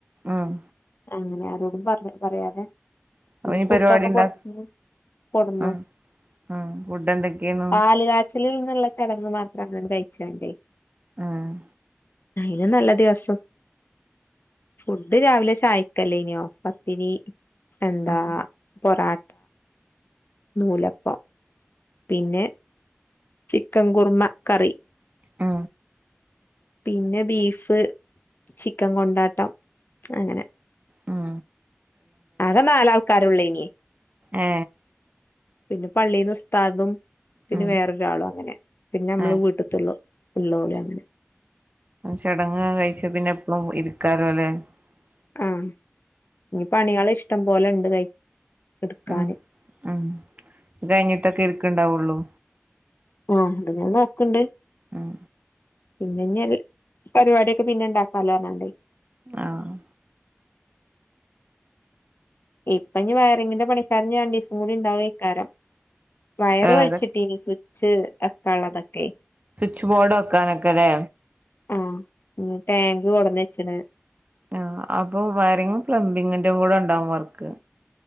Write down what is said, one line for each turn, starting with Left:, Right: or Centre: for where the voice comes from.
Right: ഉം
Left: അങ്ങനെ ആരോടും പറ് പറ്യാതെ
Right: അപ്പൊ
Left: പിന്നെ
Right: ഇനി
Left: ഫുഡൊക്കെ
Right: പരിപാടി ഇണ്ടാ
Left: പൊറ്ത്ത്ന്ന് കോട്ന്നു.
Right: ഉം ഉം ഫുഡ് എന്തൊക്കെയാന്നു
Left: പാല് കാച്ചല്ന്ന്ള്ള ചടങ്ങ് മാത്രാണ് ഇവ്ട്ന്ന് കഴിക ച്ചാണ്ടേ
Right: ആഹ്
Left: അയിന് നല്ല ദിവസം ഫു ഡ് രാവിലെ ചായ്ക്കല്ലേന്യോ പത്തിരി എന്താ
Right: ഉം
Left: പൊറാ നൂലപ്പം പിന്നെ ചിക്കൻ കുർമ്മ കറി
Right: ആ
Left: പിന്നെ ബീഫ് ചിക്കൻ കൊണ്ടാട്ടം അങ്ങനെ
Right: ആ
Left: ആകെ നാലാൾക്കാരൊള്ളോനി
Right: ഏ
Left: പിന്നെ പള്ളീന്ന് ഉസ്താദും പിന്നെ
Right: ഉം
Left: വേറൊരാളു അങ്ങനെ പിന്നെ നമ്മള്
Right: ഏഹ്
Left: വീട്ടത്തുള്ളു ഉള്ളോല് അങ്ങനെ
Right: ചടങ്ങ് കഴിച്ച പിന്നെ എപ്പളും <unintelligible>
Left: ആഹ് ഇനി പണികള് ഇഷ് ടം പോലെ ഉണ്ട് കൈ എടുക്കാന്
Right: ഉം ഉം ഇത് കഴിഞ്ഞി ട്ടൊക്കെ ഇരിക്കണ്ടാവുള്ളൂ
Left: ആഹ് അത്ങ്ങെനെ നോക്ണ്ട്
Right: ഉം
Left: പിന്നെ ഇഞ് പരിപാടിയൊക്കെ പിന്നെ ഇണ്ടാക്കാലോ പറഞ്ഞാണ്ടേ
Right: ആഹ് അ
Left: ഇപ്പഞ്ഞ് വയറിങ്ങിന്റെ പണിക്കാരൻ രണ്ടീസം കൂടി ഉണ്ടാവേക്കാരം വയർ
Right: ഏഹ്
Left: വലിച്ചിട്ടീനി സ്വിച്ച് വെക്കാൻ ഇള്ളതൊക്കെ
Right: സ്വിച്ച് ബോർഡ് വക്കാനൊക്ക ലേ
Left: ഊം ഇഞ് ടാങ്ക് കൊടന്ന് ച്ച് ണ്
Right: ആ അപ്പൊ വയറിങ്ങും പ്ലംബിങ്ങിന്റെ ഉം കൂടെ ഉണ്ടാവും വർക്ക്